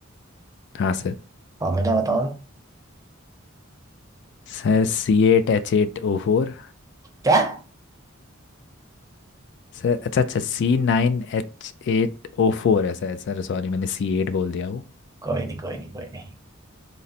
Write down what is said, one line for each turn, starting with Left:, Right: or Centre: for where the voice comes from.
Left: हाँ सर
Right: फॉर्मूला बताओ
Left: Sir सी एट एच एट O फोर
Right: क्या
Left: सर अच्छा अच्छा सी नाइन एच एट ओ फोर है शायद सर सॉरी मैंने सी एट बोल दिया
Right: कोई नहीं कोई नहीं कोई नहीं